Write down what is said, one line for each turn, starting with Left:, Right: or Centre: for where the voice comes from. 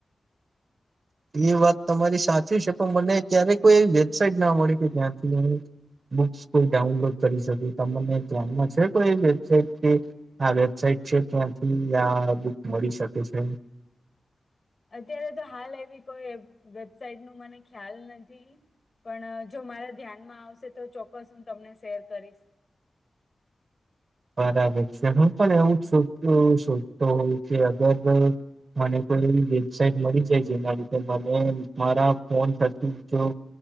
Right: એ વાત તમારી સાચી છે તો મને ક્યારે કોઈ એવી વેબસાઇટ ના મળી કે જ્યાંથી બુક કોઈ ડાઉનલોડ કરી શકે તમને ધ્યાનમાં છે કોઈ વેબસાઇટ કે આ વેબસાઇટ છે ત્યાંથી આ બુક મળી શકે છે.
Left: અત્યારે તો હાલ એવી કોઈ વેબસાઇટ નું મને ખ્યાલ નથી પણ જો મારા ધ્યાનમાં આવશે તો ચોક્કસ હું તમને શેર કરીશ.
Right: મારા વબટ હું પણ એવું જ સોધતો હોઉ કે અગર મને કોઈ એવી વેબસાઇટ મળી જાય જેના લીધે મને મારા ફોન થ જો